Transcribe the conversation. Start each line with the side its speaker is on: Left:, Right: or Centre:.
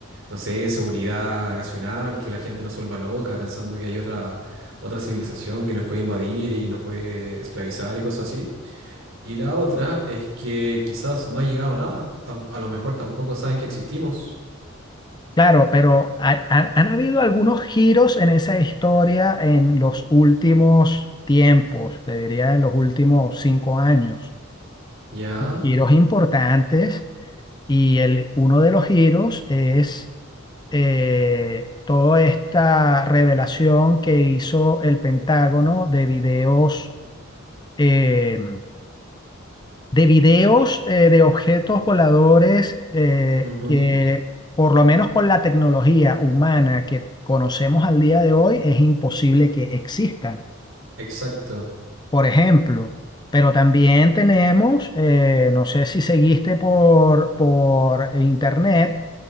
Right: no sé, seguridad nacional, que la gente no se vuelva loca pensando que hay otra, otra civilización que nos puede invadir y nos puede esclavizar y cosas así. Y la otra es que quizás no ha llegado nada. tam- a lo mejor tampoco saben que existimos.
Left: Claro, pero ha- han, han habido algunos giros en esa historia en los últimos tiempos, te diría en los últimos cinco años.
Right: Ya.
Left: Giros importantes y el, uno de los giros es eh, toda esta revelación que hizo el Pentágono de videos em, de videos eh, de objetos voladores eh,
Right: Ujú.
Left: que, por lo menos con la tecnología humana que conocemos al día de hoy, es imposible que existan,
Right: Exacto.
Left: por ejemplo. Pero también tenemos, eh, no sé si seguiste por, por internet,